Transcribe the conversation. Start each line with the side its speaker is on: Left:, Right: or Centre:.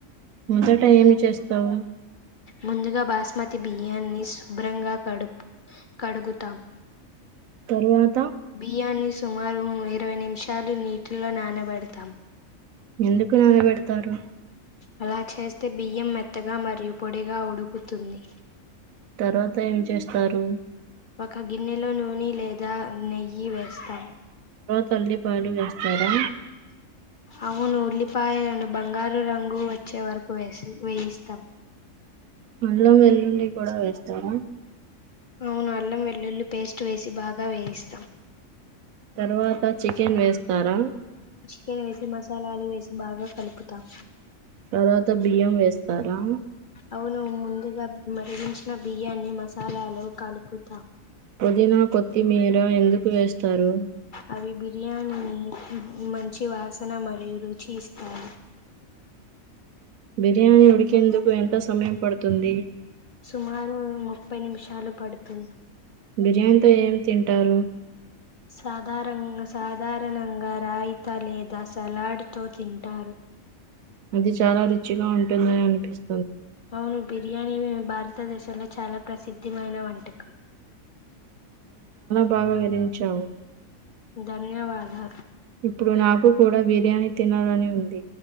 Right: మొదట ఏమి చేస్తావ్
Left: ముందుగా బాస్మతి బియ్యాన్ని శుభ్రంగా కడుప్ కడుగుతాం
Right: తరువాత
Left: బియ్యాన్ని సుమారు ఇరవై నిమిషాలు నీటిలో నానబెడతాం
Right: ఎందుకు నానబెడతారు
Left: అలా చేస్తే బియ్యం మెత్తగా మరియు పొడిగా ఉడుకుతుంది
Right: తర్వాత ఏం చేస్తారు
Left: ఆ గిన్నెలో నూని లేదా నెయ్యి వేస్తాము
Right: తల్లి పాలు వేస్తారా
Left: అవును ఉల్లిపాయలను బంగారు రంగు వచ్చే వరకు వేసి వేయిస్తాం.
Right: అల్లం వెల్లుల్లి కుడా వేస్తారా
Left: అవును అల్లం వెల్లుల్లి పేస్ట్ వేసి బాగా వేస్
Right: తర్వాత చికెన్ వేస్తారా
Left: <unintelligible> వేసి మసాలాలు వేసి బాగా కలుపుతాం.
Right: తర్వాత బియ్యం వేస్తారా
Left: అవును ముందుగా మరిగించిన బియ్యాన్ని మసాలాలు కలుపుతాం.
Right: పుదీనా కొత్తిమీర ఎందుకు వేస్తారు
Left: అవి బిర్యానినీ మంచి వాస న మరియు రుచి ఇస్తాయి.
Right: బిర్యానీ ఉడికేందుకు ఎంత సమయం పడుతుంది.
Left: సుమారు ముప్పై నిమిషాలు పడుతుంది.
Right: బిర్యానీతో ఏం తింటారు
Left: సాధారంగా సాధారణంగా రాయిత లేదా సలాడ్ తో తింటారు.
Right: అది చాలా రుచిగా ఉంటుందని అనిపిస్
Left: అవును బిర్యానీ భారతదేశంలో చాలా ప్రసిద్ధిమైన వంటకం.
Right: బాహు విహరించావు
Left: ధన్యవాదాలు
Right: ఇప్పుడు నాకు కూడా వే బిర్యానీ తినాలని ఉంది.